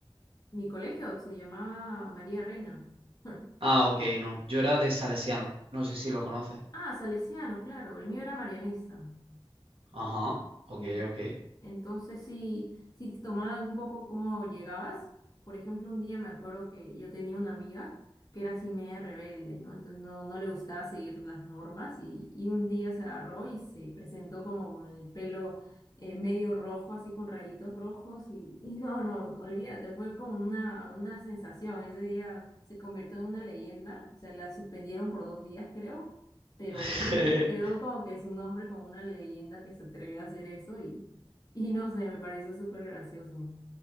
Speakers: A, on the left; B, on the right.
A: Mi colegio se llamaba María Reina. <laughs>
B: Ah, ok, no. Yo era de Salesiano. No sé si lo conoces.
A: Ah, Salesiano, claro, el mío era marianista.
B: Ajá. Ok,
A: Sí,
B: ok.
A: entonces si, si te tomaban un poco cómo llegabas, por ejemplo, un día me acuerdo que yo tenía una amiga que era así media rebelde, ¿no? Entonces no, no le gustaba seguir las normas y, y un día se agarró y se presentó como con el pelo eh, medio rojo, así con rayitos rojos y, y no, no, olvídate, fue como una, una sensación, ese día se convirtió en una leyenda, o sea, la suspendieron por dos días, creo pero
B: <laughs>
A: <laughs> creo como que es un hombre como una leyenda que se atreve a hacer eso y, y no sé, me pareció súper gracioso.